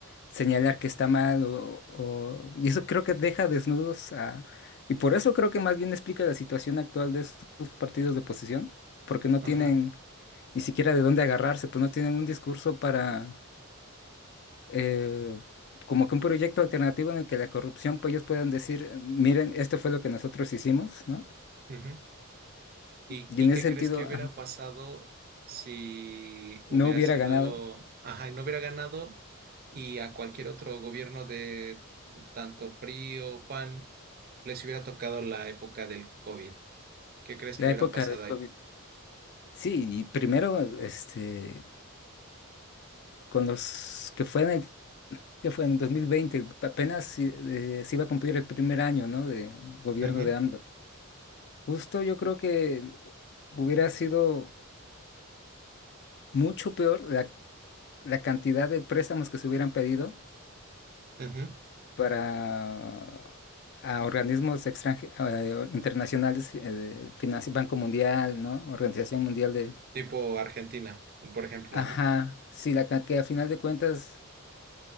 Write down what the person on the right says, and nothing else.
Ajá.
ujú. ¿Y,
y qué
crees que hubiera
pasado si hubiera
sido,
ajá, y no hubiera ganado y a cualquier otro gobierno de tanto PRI o PAN les hubiera tocado la época del COVID? ¿Qué crees que
hubiera
pasado
ahí?
Ujú,
ujú.
Tipo Argentina, por ejemplo,
¿no?